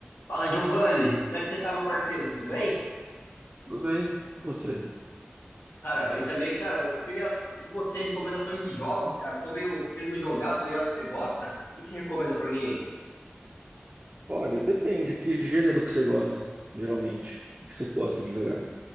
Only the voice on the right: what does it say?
Tudo bem? Você?
Olha, depende que gênero que você gosta, geralmente. O que que você gosta de jogar?